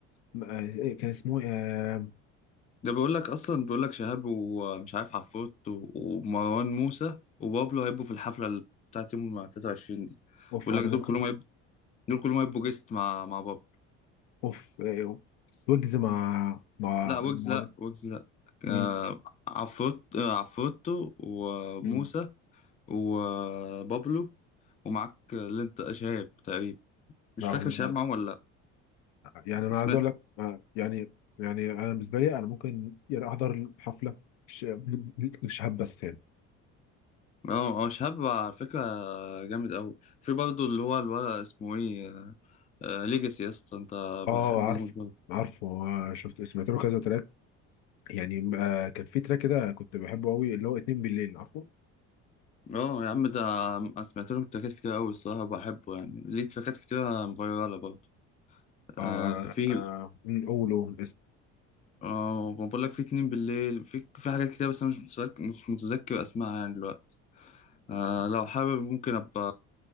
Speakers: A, on the left; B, on the left.
A: م- آه، كان اسمه آه...
B: ده بيقول لك أصلا بيقول لك شهاب ومش عارف عفروت و- ومروان موسى وبابلو هيبقوا في الحفلة ال- بتاعت يوم 23 دي
A: اوف
B: بيقول
A: انا
B: لك
A: ممكن
B: دول كلهم هيبقوا دول كلهم هيبقوا جيست مع مع بابلو
A: اوف آه، ويجز مع مع
B: لا ويجز
A: مع
B: لا ويجز لا
A: مين؟
B: آه عفروت آه، عفروتو وموسى
A: مم.
B: وبابلو ومعاك اللي انت شهاب تقريبا مش
A: لا
B: فاكر
A: هو
B: شهاب معاهم ولا لا
A: يعني انا
B: اسمه
A: عايز اقول لك آه، يعني يعني انا بالنسبه لي انا ممكن يعني احضر الحفله ش- الشهاب بس يعني
B: اه اه شهاب على فكرة جامد قوي في برضه اللي هو الولد اسمه ايه آه ليجاسي يا اسطى انت
A: اه
B: بحبه
A: عارفه
B: موت برضه.
A: عارفه آه، شفت سمعت له كذا تراك يعني آه كان في تراك كده كنت بحبه قوي اللي هو اتنين بالليل عارفه
B: اه يا عم ده أنا سمعت له تراكات كتير قوي الصراحة بحبه يعني ليه تراكات كتير فايرالة برضه
A: آه
B: آه في
A: آه مم، قوله اسم
B: اه ما بقول لك في اتنين بالليل في في حاجات كتير بس انا مش متذكر مش متذكر اسمها يعني دلوقتي آه لو حابب ممكن ابقى